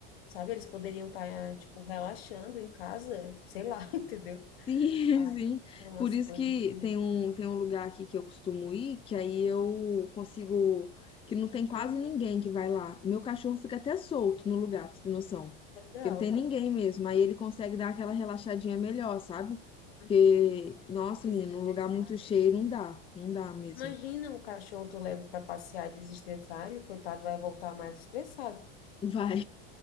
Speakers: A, on the left; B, on the left.
A: sabe? Eles poderiam estar, tipo, relaxando em casa, sei lá, <laughs> entendeu?
B: Sim, <laughs>
A: Ai,
B: sim.
A: tem umas
B: Por isso
A: coisas
B: que
A: que...
B: tem um, tem um lugar aqui que eu costumo ir, que aí eu consigo, que não tem quase
A: Uhum,
B: ninguém que vai lá. Meu cachorro fica até solto no lugar, pra você ter noção.
A: legal.
B: Porque não tem ninguém mesmo. Aí ele consegue dar aquela relaxadinha melhor, sabe?
A: Uhum.
B: Porque, nossa,
A: Desestressar,
B: menino, um lugar muito
A: né?
B: cheio não dá, não dá mesmo.
A: Imagina o cachorro tu leva para passear e desestressar, ele, coitado, vai voltar mais estressado.
B: <laughs> Vai.